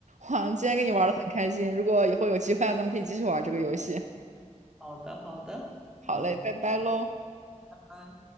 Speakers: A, on the right; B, in the centre.
A: 哇，今天跟你玩的很开心，
B: 对。
A: 如果以后有机会啊，咱们可以继续玩这个游戏。
B: 好的好的，
A: 好嘞，
B: 嗯，
A: 拜拜喽。
B: 拜拜。